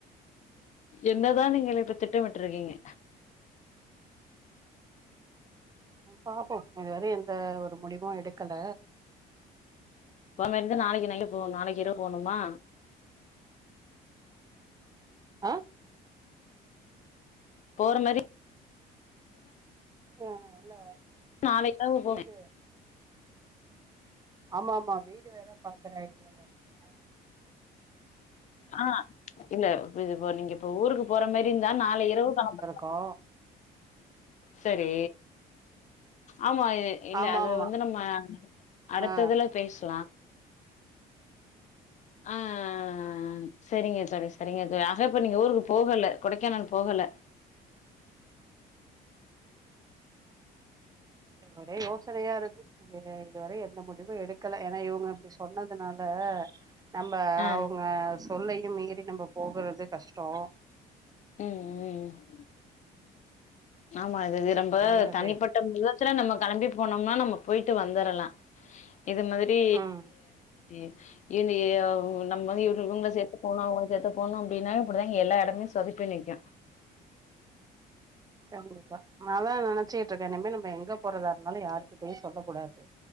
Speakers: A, on the left (about 45°); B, on the right (about 20°).
A: என்னதா நீங்கள் இப்ப திட்டமிட்டுருக்கீங்க
B: பாப்போ இதுவர எந்த ஒரு முடிவும் எடுக்கல
A: <unintelligible> நாளைக்கி நைட்டு போ நாளைக்கி இரவு போனுமா
B: ஆ
A: போற மாரி
B: ஆ இல்ல
A: நாளைக்காவு போவ
B: வீடு ஆமா ஆமா வீடு வேற பாக்குற ஐடியாலா இருக்கோ
A: ஆ இல்ல இது இப்போ நீங்க இப்ப ஊருக்கு போற மேரி இருந்தா நாளை இரவு கெளம்பர மா
B: கா
A: செரி ஆமா இ இல்ல
B: ஆமா
A: அது
B: ஆமா
A: வந்து நம்ம அடுத்ததுல
B: ஆ
A: பேசலா ஆ ம் சரிங்க சரிங்க தோழி ஆக இப்ப நீங்க ஊருக்கு போகல கொடைக்கானல் போகல
B: ஒரே யோசனயா இருக்கு அது இதுவரயு எந்த முடிவு எடுக்கல ஏன்னா இவ்ங்க இப்டி சொன்னதுனால நம்ம
A: ஆ
B: அவ்ங்க சொல்லயு மீறி நம்ம போகுறது கஷ்டோ
A: ம் ம் ஆமா இது
B: அதனால
A: ரொம்ப தனிப்பட்
B: வே
A: டம் விதத்துல நம்ம கெளம்பி போனோம்னா நம்ம போயிட்டு வந்துறலா இது மாதிரி
B: ம்
A: ஈஈ இனி நம்ம வந்து இ இவ்ங்கள சேத்து போனு அவ்ங்கள சேத்து போணு அப்டின்னா இப்டிதா எல்லா இடமு சொதப்பி நிக்கு
B: கண்டிப்பா நாதா நெனச்சிட்டுருக்க நம்ம நம்ம எங்க போறதா இருந்தாலு யாருகிட்டயு சொல்ல கூடாது